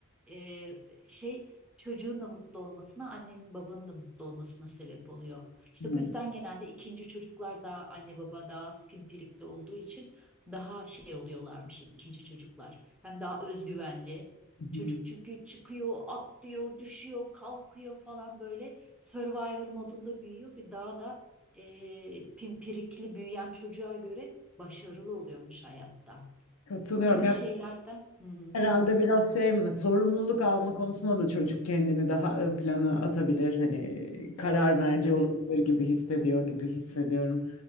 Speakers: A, in the centre; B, on the left.
A: e, şey çocuğun da mutlu olmasına, annenin babanın da mutlu olmasına sebep oluyor. İşte
B: Evet.
A: bu yüzden genelde ikinci çocuklar daha anne baba daha az pimpirikli olduğu için daha şey oluyorlarmış ikinci çocuklar. Hem daha özgüvenli.
B: Hı hı.
A: Çocuk çünkü çıkıyor, atlıyor, düşüyor, kalkıyor falan böyle Survivor modunda büyüyor ve daha da e, pimpirikli büyüyen çocuğa göre başarılı oluyormuş hayatta.
B: Katılıyorum.
A: Bu gibi
B: Ya
A: şeylerden. Hı hı,
B: herhalde biraz şey mi? Sorumluluk alma konusunda da çocuk kendini daha ön plana atabilir. Hani karar merci
A: tabii.
B: olabilir gibi hissediyor gibi hissediyorum.